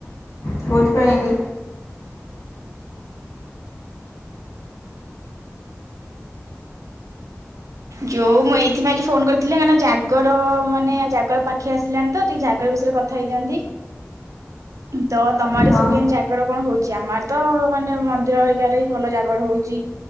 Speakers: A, on the left; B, on the right.
A: କୋଉଠି ବା ହେଇନି
B: ଯୋଉ ମୁଁ ଏଇଥିପାଇଁ ଆଜି ଫୋନ କରିଥିଲି କାହିଁକି ନା ଜାଗର ମାନେ ଜାଗର ପାଖେ ଆସିଲାାନି ତ ଟିକେ ଜାଗର ବିଷୟରେ କଥା ହେଇଥାନ୍ତି। ହୁଁ ତ ତମଆଡେ
A: ହଁ
B: ସବୁ କେମିତି ଜାଗର କଣ ହଉଛି। ଆମର ତ ମାନେ ମନ୍ଦିର ହେଇଗାରେ ଭଲ ଜାଗର ହଉଛି